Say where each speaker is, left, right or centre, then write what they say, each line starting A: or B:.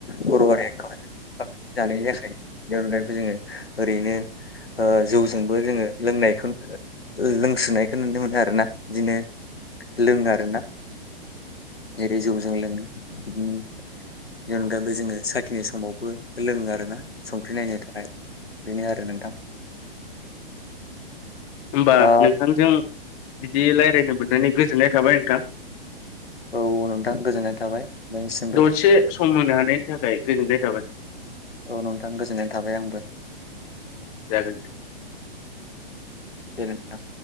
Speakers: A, on the left (about 80°); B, on the left (about 35°).
A: बर' हारिया ओंखामजों जानाय जायाखायो बे ओ जोङो ओरैनो ओ जौ जोंबो जोङो लोंनायखौ लोंसुनायखौ नुनो मोनो आरोना बिदिनो लोङो आरोना जेरै जौजों लोङो बेनि अनगायैबो जोङो साखिनाय समावबो लोङो आरोना संख्रि नायनो थाखाय बेनो आरो नोंथां
B: होमबा
A: आ
B: नोंथांजों बिदि रायलायनो मोननानै गोजोननाय थाबाय नोंथां
A: औ नोंथां गोजोननाय थाबाय नोंनिसिमबो
B: दसे सम होनो हानायनि थाखाय गोजोननाय थाबाय
A: औ नोंथां गोजोननाय थाबाय आंबो
B: जागोन दे
A: दे नोंथां